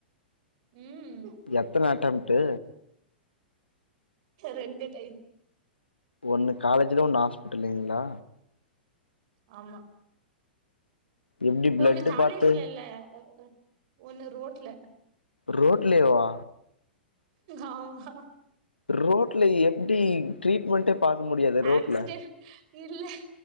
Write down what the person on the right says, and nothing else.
ம்
ரெண்டு டைம்
ஆமா
ஒண்ணு காலேஜ்ல
இல்ல அ அ ஒண்ணு ரோட்ல
ஆமா
ஆக்சிடென்ட் இல்ல